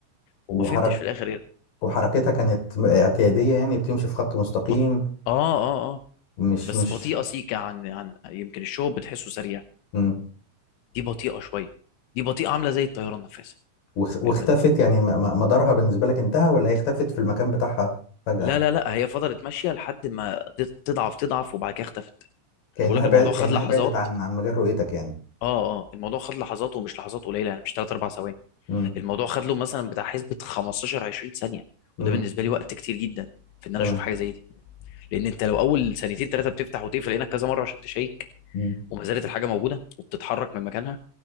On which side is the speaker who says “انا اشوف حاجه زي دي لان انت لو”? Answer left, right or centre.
Left